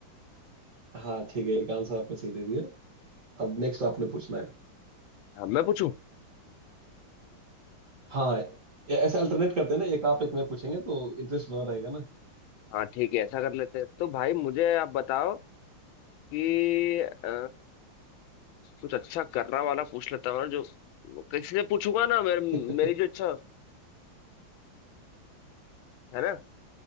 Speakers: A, on the right; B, on the left.
A: हाँ ठीक है एक आंसर आपने सही दे दिया अब नेक्स्ट आपने पूछना है
B: हाँ मैं पूछूं
A: हाँ हाँ ए- ऐसे अल्टरनेट करते हैं ना एक आप एक मैं पूछेंगे तो इंटरेस्ट बना रहेगा ना
B: हाँ ठीक है ऐसा कर लेते हैं तो भाई मुझे आप बताओ कि अ, कुछ अच्छा करना वाला पूछ लेता हूँ जो किसी से पूछूंगा ना मेरे,
A: <laughs>
B: मेरी जो इच्छा है ना